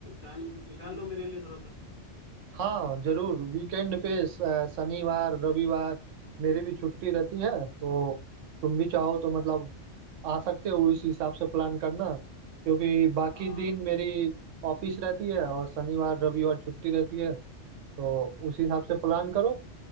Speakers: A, on the left (about 40°); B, on the right (about 85°).
A: टाइम निकाल लो मेरे लिए थोड़ा सा
B: हाँ जरूर वीकेंड पे स- शनिवार रविवार मेरी भी छुट्टी रहती है तो तुम
A: हम्म,
B: भी चाहो तो मतलब आ सकते हो इस हिसाब से प्लान करना क्योंकि बाकी
A: हाँ
B: दिन मेरी ऑफिस रहती है और शनिवार रविवार छुट्टी रहती है तो उस हिसाब से प्लान करो